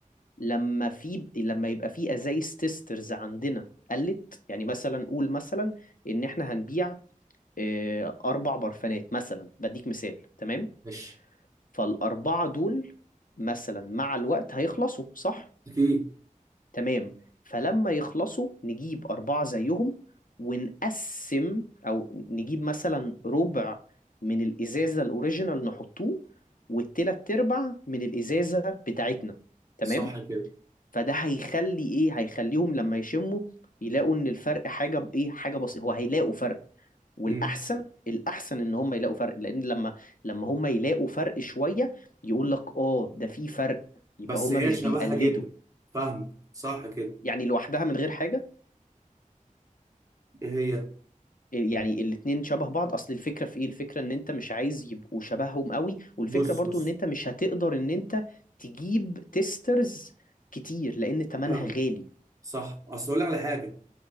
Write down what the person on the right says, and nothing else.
ماشي
اكيد
صح كده
امم
بس
هي
شبهها
جدا فاهمه صح كده
ايه هي
بص
بص
فاهمه
صح اصل اقول لك على حاجه